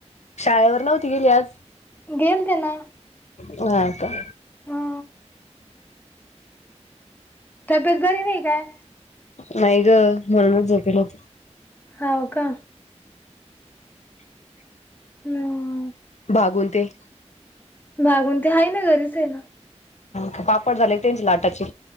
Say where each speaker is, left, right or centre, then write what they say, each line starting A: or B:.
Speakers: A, on the left; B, on the left.
A: शाळेवर नव्हती गेली आज?
B: गेलं ते ना.
A: हां का.
B: हा तब्येत बरी नाही काय?
A: नाही ग थोडावेळ झोपेल होतो.
B: हाव का. हम्म
A: <inaudible> बागून ते
B: बाघून ते आहे ना घरीच हाये.
A: ह पापड झाले त्यांची लाटाचे?